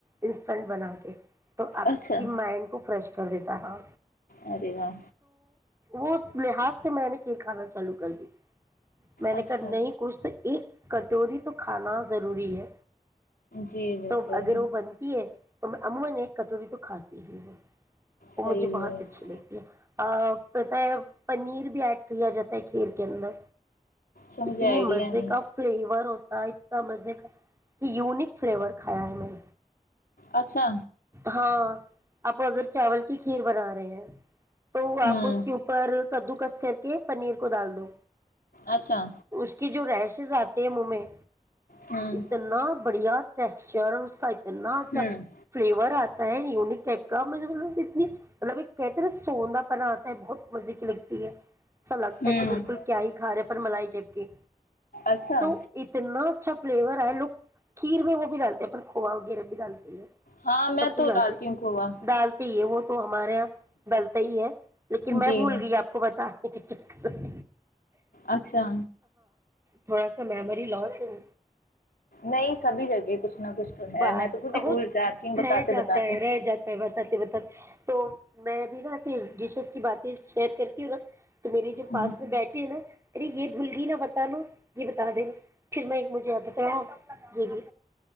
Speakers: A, on the right; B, on the left.
A: انسٹنٹ بنا کے تو آپ
B: اچھا
A: کی مائنڈ کو فریش کر دیتا ہ
B: ارے واہ
A: وہ اس لحاظ سے میں نے کھیر کھانا چالو کر دی میں نے
B: اچھا
A: کہ نہیں کچھ تو ایک کٹوری تو کھانا ضروری ہے
B: جی بالکل
A: تو اگر وہ بنتی ہے تو میں عمومن ایک کٹوری تو کھاتی ہی ہو وہ
B: صحیح
A: مجھے بہت
B: ہے اس
A: اچھی لگتی ہے پتا ہے پنیر بھی ایڈ کیا جاتا ہے کھییر کے اندر
B: کا مجھے
A: اتنی
B: آئیڈیا
A: مزے
B: نہیں
A: کا فلیور ہوتا اتنا مزے کا یونک فلیور کھایا ہے میں نے
B: اچھا
A: ہاں آپ اگر چاول کی کھیر بنا رہے ہیں تو آپ
B: ہوں
A: اس کے اوپر کدو کس کر کے پنیر کو ڈال دو
B: اچھا
A: اس کی جو رہشز آتے ہیں منہ میں
B: ہوں
A: اتنا بڑھیا ٹیکسچر اتنا اچھا
B: ہوں
A: فلیور آتا ہے یونک کا مجھے ب اتنی <unintelligible> مطلب کتنے سوندا پن آتا ہے بہت مزے کی لگتی ہے ایسا لگتا
B: ہوں
A: ہے کہ بالکل کیا ہی کھا رہے پر ملائی ٹپ کےی
B: اچھا
A: تو اتنا اچھا فلیور ہے لوگ کھیر میں وہ بھی ڈالتے ہیں اپ کوا وغیرہ بھی ڈالتی ہے
B: ہاں میں
A: سب کچھ
B: تو
A: ڈلتے
B: ڈالتی ہوں کھووا
A: ڈالتے ہی ہے وہ تو ہمارے یہاں ڈلتا ہی ہے لیکن میں
B: جی
A: بھول گئی آپ کو بتے <inaudible>
B: اچھا
A: تھوڑا سا میمری لاس ہے گ
B: نہیں سبھی جگہ کچھ نہ کچھ تو ہے
A: بات
B: میں تو خود ہی
A: ب
B: بھول جاتی ہوں بتاتے
A: رہ جاتا
B: بتاتے
A: ہے رہ جاتا ہے بتاتے بتاتے تو میں بھی نا ای ڈشز کی باتیں شیئر کرتی ہوں نا تو میرے جو پاس
B: ہ
A: میں بیٹھے ہیں نا ارے یہ بھول گئی نا بتانا یہ بتا دینا پھر میں مجھے آتا تھا ہاں یہ بھی